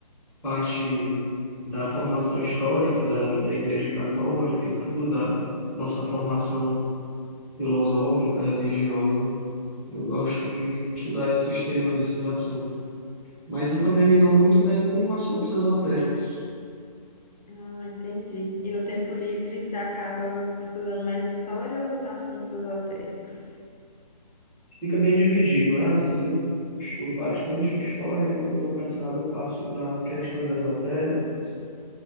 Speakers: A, in the centre; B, on the left.
A: parte da formação histórica da, da Igreja Católica e tudo, da nossa formação filosófica, religiosa. Eu gosto de estudar esses temas, esses assuntos. Mas eu também
B: Uhum.
A: me dou muito bem com assuntos esotéricos.
B: Ah, entendi. E no tempo livre você acaba estudando mais história ou os assuntos esotéricos?
A: Fica bem dividido, né? Às vezes eu estudo bastante história e quando eu estou cansado eu passo para questões esotéricas.